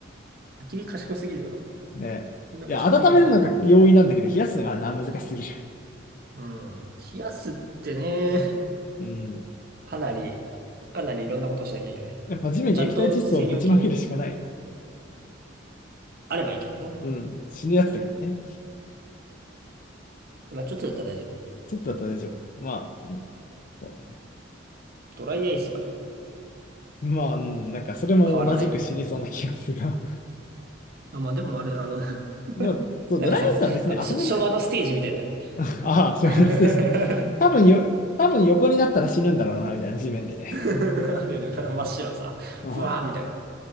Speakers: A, on the right; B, on the left.
A: 焚き火賢すぎるよな。焚
B: ね。
A: き火は賢すぎるけど、
B: いや、温めるのが容易なんだけど、
A: まあでも、
B: 冷やすのがな、難しすぎる。
A: うん。冷やすってね、
B: うん。
A: かなり、かなりいろんなことをしなきゃいけな
B: やっぱ地面に液体窒素をぶちまけるしかない。
A: い。ちゃんと専用器具あればいいけどね。
B: うん。死ぬやつだけどね。
A: まあ、ちょっとだったら大丈夫。
B: ちょっとだったら大丈夫。まあ、うん。そうね。
A: ドライアイスとかでも
B: まあ、うん。なんか、それも同じく死にそうな気がするが。
A: 変わらない。あまあ、でもあれ、あの、<laughs>
B: でも、そう、
A: なんかさ、
B: ドライアイスは別に遊べるから。
A: あの、し昭和のステージみたいになる。
B: <laughs> ああ、小学生して。
A: <laughs>
B: 多分よ、多分横になったら死ぬんだろうな、みたいな、地面でね。
A: <laughs> あるよね。真っ白さ。
B: <laughs> あ
A: ふわーみたいな。